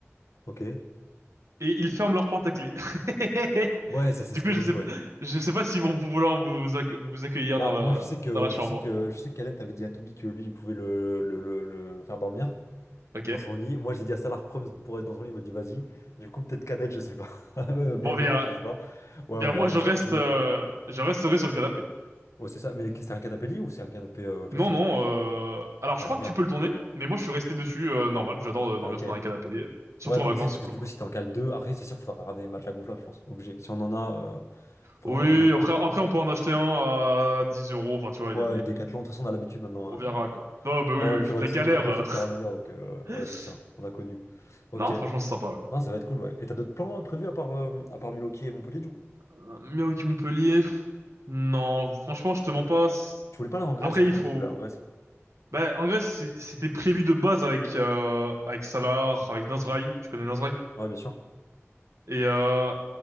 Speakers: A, on the left; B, on the right.
A: Ok.
B: et ils ferment leur porte à clé. <laughs>
A: Ouais, ça c'est
B: Du
A: ce
B: coup,
A: qu'ils
B: je
A: m'ont
B: sais,
A: dit, ouais.
B: je sais pas s'ils vont vouloir vous, accue- vous accueillir
A: Bah,
B: dans la,
A: moi, je sais que,
B: dans la chambre.
A: je sais que, je sais qu'Alep t'avait dit à Toubi que lui, il pouvait le, le, le, le faire dormir
B: Ok.
A: dans son lit. Moi, j'ai dit à Salar Proms pour être dans son lit, il m'a dit vas-y. Du coup, peut-être Canet, je sais pas. <laughs> Mais mais
B: Bon,
A: Maynard,
B: bien,
A: je sais pas. Ouais,
B: bien,
A: on verra
B: moi, je
A: de toute
B: reste,
A: façon. Et puis,
B: euh,
A: euh,
B: je resterai sur le canapé.
A: ouais, c'est ça. Mais c'est un canapé lit ou c'est un canapé euh, classique?
B: Non, non, euh, alors je
A: Ah
B: crois
A: merde.
B: que tu peux le tourner, mais moi je suis resté dessus, euh, normal, j'adore euh, dormir
A: Ah ok.
B: dans les canapés, euh, surtout
A: Ouais, non,
B: en vacances,
A: mais tu sais, parce
B: c'est
A: que
B: cool
A: du
B: quoi.
A: coup, si t'en cales deux, après, c'est sûr, faudra ramener les matelas gonflables, je pense. Obligé. Si on en a, euh, faudra
B: Oui,
A: en ramener.
B: après, après on peut en acheter un à 10 euros, enfin tu vois, il
A: Ouais,
B: y a des,
A: le Décathlon, de toute façon, on a l'habitude maintenant.
B: On
A: hein.
B: verra, quoi. Non, bah oui,
A: Bon, et puis
B: oui,
A: on va
B: la
A: tous
B: galère.
A: devenir riches
B: euh.
A: au fur et à mesure, donc euh, voilà,
B: <laughs>
A: c'est ça. On a connu. Ok.
B: Non, franchement, c'est sympa, ouais.
A: Non, ça va être cool, ouais. Et t'as d'autres plans euh, prévus à part, euh, à part Milwaukee et Montpellier, du coup?
B: Euh, Milwaukee-Montpellier, pff, non, franchement, je te mens pas. c'est-
A: Tu voulais pas aller en Grèce,
B: Après,
A: là, tu
B: il
A: m'as
B: faut...
A: dit que tu voulais aller en Grèce.
B: Bah, en Grèce, c'est- c'était prévu de base avec, euh, avec Salah, avec Nasraï. Tu connais Nasraï?
A: Ouais, bien sûr.
B: Et, euh,